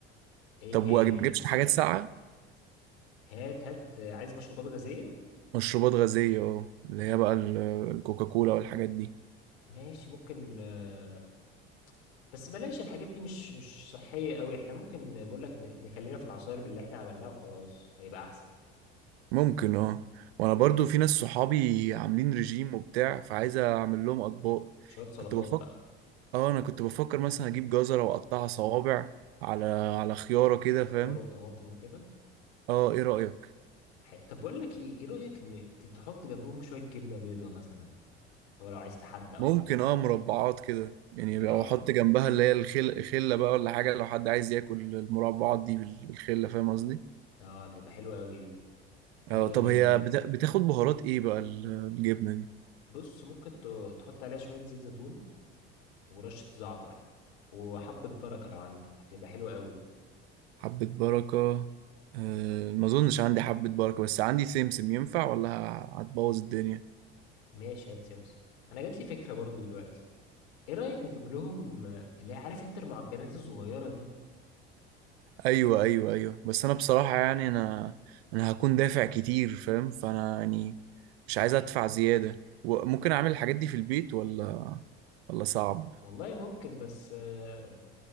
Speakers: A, on the left (about 80°); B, on the right (about 75°).
A: ايه
B: طب
A: تاني
B: وما اجيبش حاجات ساقعه
A: هات هات عايز مشروبات غازية
B: مشروبات غازيه اه اللي هي بقى ال- الكوكاكولا والحاجات دي
A: ماشي ممكن آه، بس بلاش الحاجات دي مش مش صحية قوي احنا ممكن بقول لك ن- نخلينا في العصاير باللي احنا عملناها وخلاص هيبقى احسن
B: ممكن اه وانا برضو في ناس صحابي عاملين رجيم وبتاع فعايز اعمل لهم اطباق
A: شوية سلطات
B: كنت بفكر
A: بقى
B: اه انا كنت بفكر مثلا اجيب جزرة واقطعها صوابع على على خيارة كده
A: شوية
B: فاهم
A: خيار وطماطم وكده
B: اه ايه رأيك
A: ح- طب بقول لك ايه ايه رأيك ن- ت- تحط جنبهم شوية جبنة بيضة مثلا طب لو عايز تحدق
B: ممكن
A: ولا حاجة
B: اه مربعات كده يعني
A: اه
B: لو احط جنبها اللي هي الخل... خلة بقى ولا حاجة لو حد عايز ياكل المربعات دي بال- بالخلة فاهم قصدي
A: اه تبقى حلوة قوي دي آه
B: اه طب هي بتا... بتاخد بهارات ايه بقى ال- الجبنة دي
A: بص ممكن ت- تحط عليها شوية زيت زيتون ورشة زعتر وحبة بركة لو عندك هتبقى حلوة قوي
B: حبة بركة آه ما اظنش عندي حبة بركة بس عندي سمسم ينفع ولا هتبوظ الدنيا
A: ماشي هات سمسم انا جات لي فكره برضو دلوقتي ايه رايك نجيب لهم آه، اللي هي- عارف انت المعجنات الصغيره دي
B: ايوه ايوه ايوه بس انا بصراحه يعني انا انا هكون دافع كتير فاهم فانا يعني مش عايز ادفع زياده وممكن اعمل الحاجات دي في البيت ولا ولا صعب
A: و- والله ممكن بس آه،